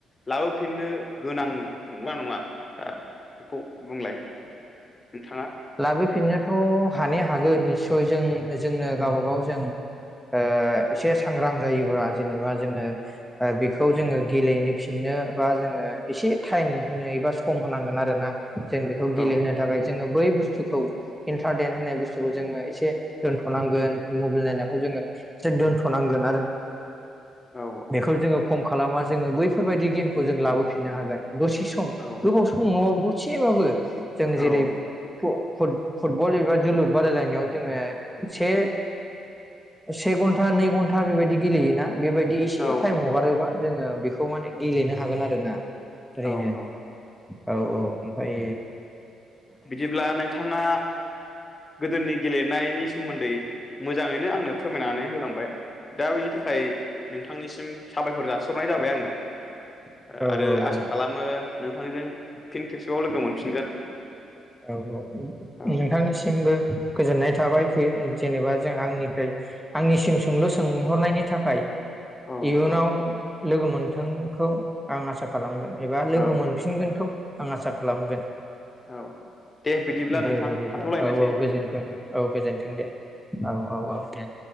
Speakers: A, on the left; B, in the centre.
A: लाबोफिननो गोनां नंगोना नङा दा बेखौ बुंलाय नोंथाङा
B: लाबो फिननो थ' हानाया हागोन निस्सय जों जोंनो गावबा गाव जों ओ एसे सांग्रां जायोब्ला जेनेबा जोङो ओ बेखौ जोङो गेलेनो फिननो बा जोङो एसे टाइम होनो एबा सम होनो होनांगोन आरोना जों बेखौ गेलेहोनो
A: औ
B: थाखाय जो बै बुथ इन्टारनेेट होननाय बुस्थुखौ जोङो एसे दोनथ'नांगोन मबाइल नायनायखौ जोङो एसे दोनथ'नांगोन आरो
A: औ
B: बेखौ जोङो खम खालामा जोङो बैफोरबायदि गेमखौ जों लाबोफिननो हागोन दसे सम
A: औ
B: गोबाव सम नङाबाबो दसे एसेबाबो जों
A: औ
B: जेरै फुटबल एबा जोलुर बादायलायनायाव जोङो से से घन्टा नै घन्टा बेबायदि गेलेयोना बेबायदि एसे
A: औ
B: टाइम हगारोबा जोङो बे बेखौ माने गेलेनो हागोन आरो ना।
A: औ
B: ओरैनो
A: औ औ
B: औ औ ओमफ्राय
A: बिदिब्ला नों थांङा गोदोनि गेलेनायनि सोमोन्दै मोजाङैनो आंनो फोरमायनानै होलांबाय दा बेनि थाखाय नोंथांनिसिम साबायखर जाासिहरनाय जाबाय आङो
B: औ
A: आरो
B: औ
A: आसा खालामो नोंथांजों फिन खेबसेबाव लोगो मोनफिनगोन।
B: औ औ
A: औ
B: नोंथांनिसिमबो गोजोननाय थाबाय जेनेबा जों आंनिफ्राय आंनिसिम सोंलु सोंहरनायनि थाखाय।
A: औ
B: इयुनाव
A: औ
B: लोगो मोनथों बे खौ आं आसा खालामगोन एबा लोगो
A: औ
B: मोनफिनगोनखौ आं आसा खालामगोन
A: औ दे बिदिब्ला
B: दे
A: नोंथां
B: बिदिब्ला
A: थाथ'लायनोसै
B: औ औ गोजोनथों दे औ गोजोनथों दे औ औ औ दे।